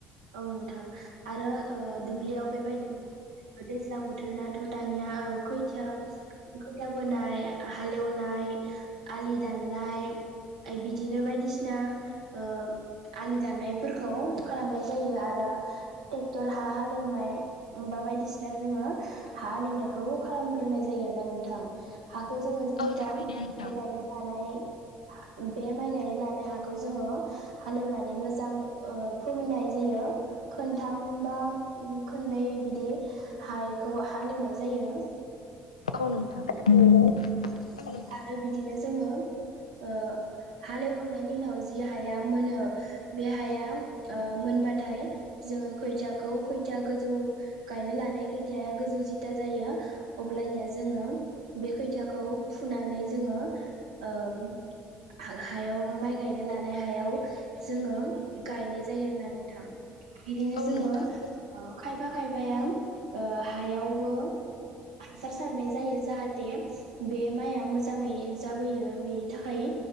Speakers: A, on the right (about 80°); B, on the left (about 80°).
A: औ नोंथां आरो ओ दुब्लियाव बेबायदि दैज्लां बोथोरनाथ' दानिया खैथिया खोथा बोनाय हालेवनाय आलि दाननाय <unintelligible> बिदिनो बायदिसिना ओ आलि दाननायफोरखौ खालामनाय जायो आरो ट्रेक्टर हा हालेवनाय बा बायदिसिना जोङो हालेवनायखौ खालामग्रोनाय जायो आरोना नोंथां। हाखौ जोङो जि
B: औ थारैनो
A: <unintelligible>
B: नोंथां
A: गायनो लानाय बे माइ गायनाय लानाय हाखौ जोङो हालेवनानै मोजां ओ फोमोननाय जायो। खोनथामबा खोननै बिदि हायखौ हालेवनाय जायो।
B: औ नोंथां। <unintelligible> नोंथां
A: आरो बिदिनो जोङो ओ हालेवखांनायनि उनाव जि हाया मोनो बे हाया ओ मोनबाथाय जोङो खैथा खौ खोथिया गोजौ गायनो लानाय खोथिया गोजौ जिदा जायो अबब्लानिया जोङो बे खोथियाखौ फुनानै जोङो ओम हा हायाव माइ गायनो लानाय हायाव जोङो गायनाय जायो आरोना नोंथां। बिदिनो
B: औ
A: जोङो
B: नोंथां
A: आ खायफा खायफाया ओ हायावबो हासार सारनाय जायो जाहाथे बे माइआ मोजाङै जाबोयो बेनि थाखाय